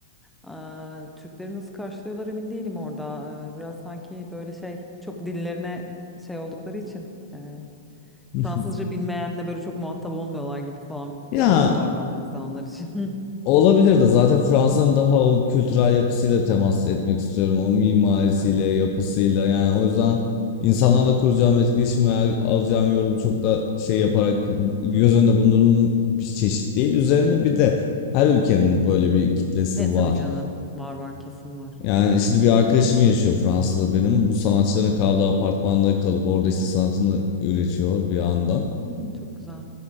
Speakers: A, in the centre; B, on the left.
A: Aa, Türkleri nasıl karşılıyorlar emin değilim orada. Ee, biraz sanki böyle şey çok dillerine şey oldukları için e,
B: <laughs>
A: Fransızca bilmeyenle böyle çok muhatap olmuyorlar gibi falan
B: Ya
A: bir algı var bende mesela onlar için.
B: Olabilir de zaten Fransa'nın daha o kültürel yapısıyla temas etmek istiyorum. O mimarisiyle,
A: <laughs> Aha.
B: yapısıyla yani o yüzden insanlarla kuracağım etkileşim veya alacağım yorum çok da şey yaparak göz önünde bulundurduğum bir çeşit değil. Üzerine bir de her ülkenin böyle bir kitlesi
A: E tabii
B: var.
A: canım var var kesin var.
B: Yani şimdi bir arkadaşım yaşıyor Fransa'da benim. Bu sanatçıların kaldığı apartmanda kalıp orada işte sanatını üretiyor bir yandan.
A: Hmm, çok güzel.